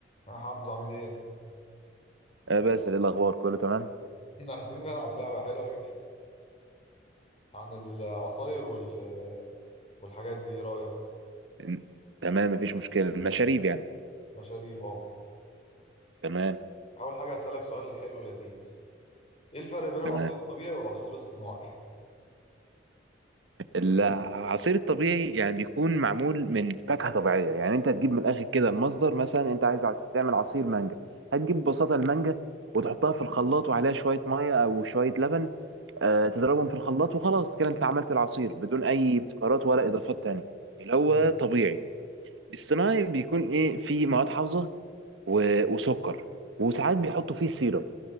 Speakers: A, on the left; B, on the right.
A: يا حمزة عامل ايه؟
B: آه بس إيه الأخبار كله تمام
A: <laughs> احنا عايزين نلعب لعبة حلوة كده عن العصاير وال... والحاجات دي ايه رأيك؟
B: إن- تمام مفيش مشكلة المشاريب يعني
A: مشاريب اه
B: تمام
A: أول حاجة هسألك سؤال حلو لذيذ ايه الفرق بين العصير
B: تمام
A: الطبيعي والعصير الصناعي؟
B: العصير الطبيعي يعني بيكون معمول من فاكهة طبيعية يعني أنت تجيب من الآخر كده المصدر مثلا أنت عايز عايز تعمل عصير مانجا هتجيب ببساطة المانجا وتحطها في الخلاط وعليها شوية مية أو شوية لبن آه تضربهم في الخلاط وخلاص كده أنت عملت العصير بدون أي ابتكارات ولا إضافات تانية اللي هو
A: مم.
B: طبيعي الصناعي بيكون إيه فيه مواد حافظة و- وسكر وساعات بيحطوا فيه سيرب